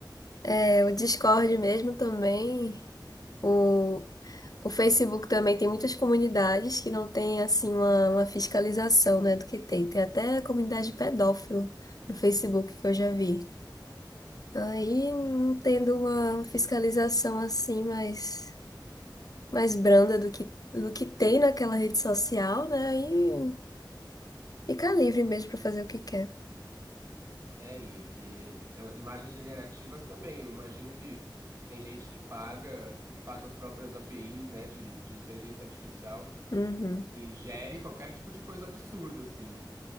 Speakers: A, on the left; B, on the right.
A: É, o Discord mesmo também. O, o Facebook também tem muitas comunidades que não tem, assim, uma, uma fiscalização, né, do que tem. Tem até comunidade pedófilo no Facebook que eu já vi. Aí, não tendo uma fiscalização assim mais, mais branda do que, do que tem naquela rede social, né? Aí fica livre mesmo para fazer o que quer.
B: É, e, e as imagens generativas também. Eu imagino que tem gente que paga, que faz as próprias APIs, né, de, de inteligência artificial
A: Uhum.
B: e gere qualquer tipo de coisa absurda, assim.